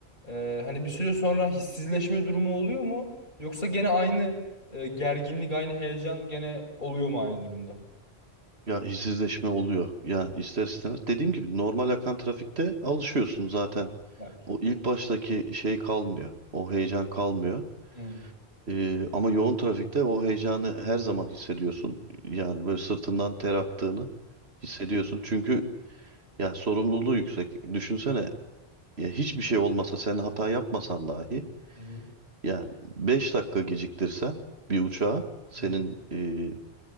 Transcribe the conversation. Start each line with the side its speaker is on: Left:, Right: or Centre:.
Left: e, hani bir süre sonra hissizleşme durumu oluyor mu? Yoksa gene aynı e, gerginlik, aynı heyecan gene oluyor mu aynı durumda?
Right: Ya işsizleşme oluyor. Yani ister istemez. Dediğim gibi normal akan trafikte alışıyorsun zaten.
Left: Belki.
Right: O ilk baştaki şey kalmıyor. O heyecan kalmıyor.
Left: Hı
Right: Ee, ama yoğun trafikte o heyecanı her zaman hissediyorsun. Yani böyle sırtından ter aktığını hissediyorsun. Çünkü ya sorumluluğu yüksek. Düşünsene ya hiçbir şey olmasa sen hata yapmasan dahi
Left: hı
Right: yani 5 dakika geciktirsen bir uçağı senin
Left: hı hı.
Right: e,